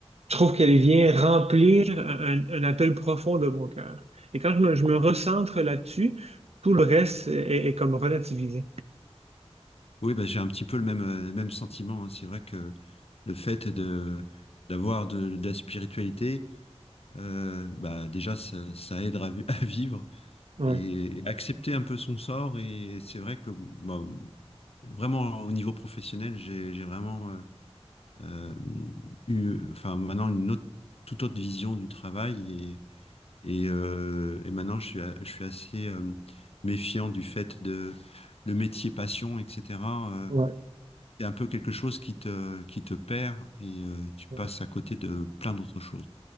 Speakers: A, on the right; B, on the left.
A: je trouve qu'elle vient remplir un, un appel profond de mon cœur. Et quand je me, je me recentre là-dessus, tout le reste est, est comme relativisé.
B: Oui, bah, j'ai un petit peu le même, euh, le même sentiment. hein. C'est vrai que le fait de d'avoir de, de la spiritualité, euh, bah, déjà ça, ça aide à, vi- <laughs> à vivre
A: Oui,
B: et, et accepter un peu son sort. Et c'est vrai que bah, vraiment au niveau professionnel, j'ai j'ai vraiment euh, euh, eu, enfin maintenant une autre, toute autre vision du travail Et, euh, et maintenant, je suis, a- je suis assez euh, méfiant du fait de le métier passion, etc.
A: ouais,
B: Euh, c'est un peu quelque chose qui te, qui te perd et euh, tu passes
A: ouais.
B: à côté de plein d'autres choses.